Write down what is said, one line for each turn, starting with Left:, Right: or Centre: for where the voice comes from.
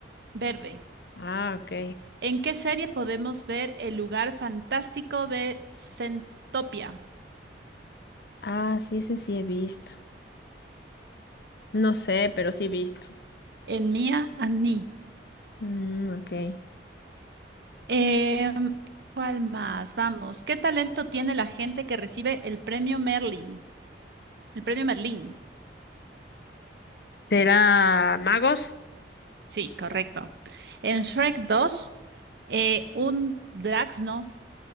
Right: verde.
Left: Ah, ok.
Right: ¿En qué serie podemos ver el lugar fantástico de Centopia?
Left: Ah, sí, ese sí he visto. No sé, pero sí he visto.
Right: En Mia and Me.
Left: Mm, ok.
Right: Eh, ¿cuál más? Vamos, ¿qué talento tiene la gente que recibe el premio Merlin? El premio Merlin.
Left: Será magos,
Right: Sí, correcto. En Shrek dos, eh, un Draxno